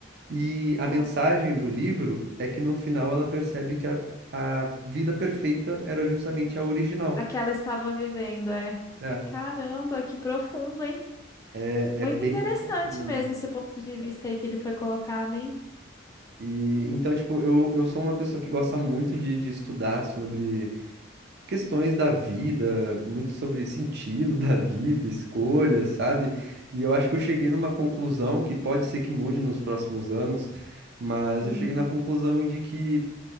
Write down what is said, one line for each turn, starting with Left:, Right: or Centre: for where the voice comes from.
Right: E a
Left: Nossa.
Right: mensagem do livro é que no final ela percebe que a, a vida perfeita era justamente a original,
Left: A que ela estava vivendo, é.
Right: né?
Left: Caramba, que profundo, hein?
Right: É,
Left: Muito
Right: é bem
Left: interessante
Right: profundo.
Left: mesmo esse ponto de vista aí que ele foi colocado, hein?
Right: E então, tipo, eu, eu sou uma pessoa que gosta muito de, de estudar sobre questões da vida, muito sobre sentido da vida, escolhas, sabe? E eu acho que eu cheguei numa conclusão que pode ser que mude nos próximos anos, mas
Left: Uhum.
Right: eu cheguei na conclusão de que